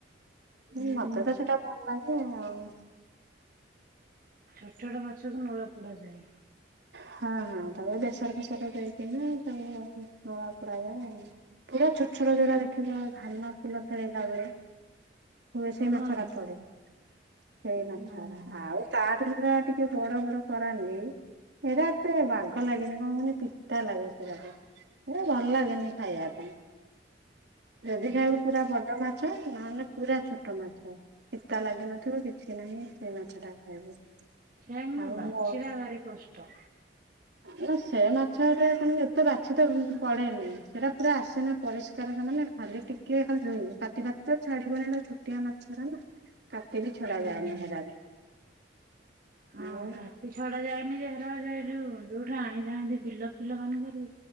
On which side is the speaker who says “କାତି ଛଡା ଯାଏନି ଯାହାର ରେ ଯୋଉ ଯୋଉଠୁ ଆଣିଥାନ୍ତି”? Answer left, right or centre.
Right